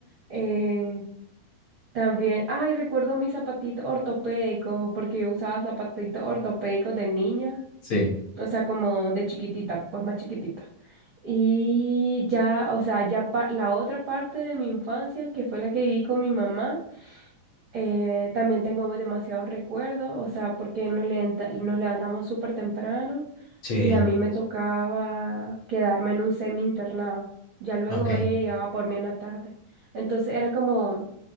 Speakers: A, on the right; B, on the left.
A: Eh, también, ay, recuerdo mis zapatitos ortopédicos porque yo usaba zapatitos ortopédicos de niña.
B: Sí,
A: O sea, como de chiquitita, pues más chiquitita. Y ya, o sea, ya pa- la otra parte de mi infancia, que fue la que viví con mi mamá, eh, también tengo demasiados recuerdos, o sea, porque nos levanta- nos levantamos súper temprano
B: sí,
A: y a mí me tocaba quedarme en un semi internado. Ya luego
B: ok.
A: ella llegaba por mí en la tarde. Entonces era como